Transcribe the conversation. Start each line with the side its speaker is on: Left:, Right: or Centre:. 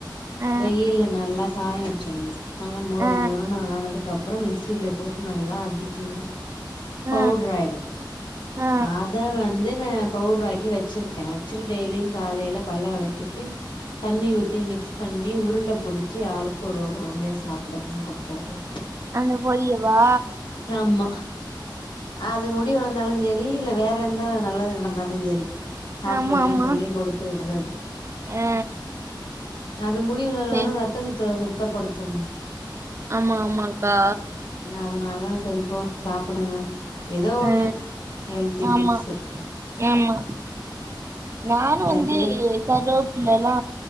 Right: ஆ
Left: வெயில்ல நல்லா காய வச்சிறணு நல்லா மொரு
Right: ஆ
Left: மொருணு ஆனதுக்கப்பறோ மிக்சியில போட்டு நல்லா அடிச்சணு
Right: ஆ
Left: பவுட்ரு ஆயிடு
Right: ஆ
Left: அதே வந்து நா பவுட்ராக்கி வச்சுருக்கே வச்சுட்டு டெய்லியு காலைவலே பல்ல வெளக்கிட்டு தண்ணி ஊத்தி மிக்ஸ் பண்ணி உருண்ட புடிச்சி ஆளுக்கு ஒரு ஒரு உருண்டையா சாப்பிடுங்கன்னு குடு
Right: அந்த பொடியவா
Left: ஆமா அது முடி வளந்தாலு செரி இல்ல வேற எந்த நல்லது நடந்தாலு செரி சாப்புடுங்கன்னு
Right: ஆமா ஆமா
Left: சொல்லி குடுத்துவுட்றது
Right: ஆ
Left: அது முடிவுலனாலு
Right: சே
Left: ரத்த சுத்த சுத்தப்படுத்து
Right: ஆமா ஆமாக்கா
Left: அதனால நானு செரிப்போ சாப்டுங்க ஏதோ ஒண்ணு
Right: ஆ
Left: ஹெல்தி
Right: ஆமா
Left: டிப்ஸ்ஸு
Right: ஆமா நானு
Left: அது
Right: வந்து
Left: பிள்ளைங்
Right: கரோப்புல்லா